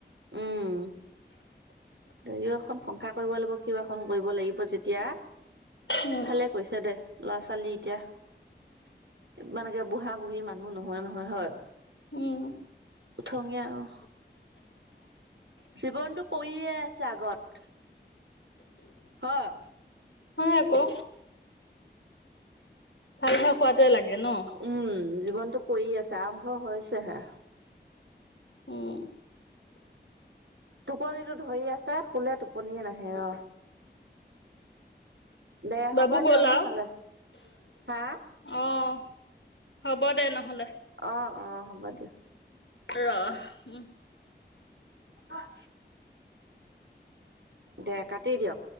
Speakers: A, on the right; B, on the left.
A: উম্, দুয়ো এখন সংসাৰ কৰিব লাগিব। সিও এখন কৰিব লাগিব যেতিয়া,
B: উম,
A: ভালে কৈছে দে ল'ৰা ছোৱালী এতিয়া। ইমান একে বুঢ়া-বুঢ়ী মানুহ নহয় নহয় হয়।
B: উম্,
A: উঠঙে আৰু জীৱনতটো পৰিয়ে আছে আগত। অ',
B: হয় আকৌ। ভাল হৈ খোৱাটোৱে লাগে ন।
A: উম্, জীৱনটো পৰি আছে, আৰম্ভ হৈছেহে।
B: উম্,
A: টোপনিতো ধৰি আছে, শুলে টোপনিয়ে নাহে ৰ। দে
B: বাবু
A: হ'ব
B: গ'ল
A: দিয়ক
B: আৰু?
A: নহ'লে, হা-
B: অ', হ'ব দে নহ'লে।
A: অ', অ', হ'ব দিয়ক।
B: ৰ, উম্,
A: অ', দে কাটি দিয়ক।